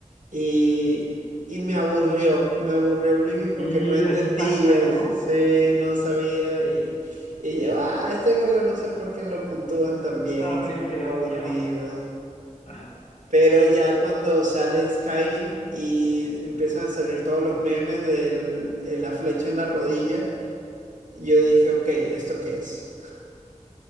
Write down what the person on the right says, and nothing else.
y, y me aburrió, me aburrió Oblivion porque
no entendía,
sí, no sabía y, y yo, ah, este juego no sé por qué lo puntúan tan bien,
si es tan aburrido.
Pero ya cuando sale Skyrim y empiezan a salir todos los memes de la flecha en la rodilla, yo dije, ok, ¿esto qué es?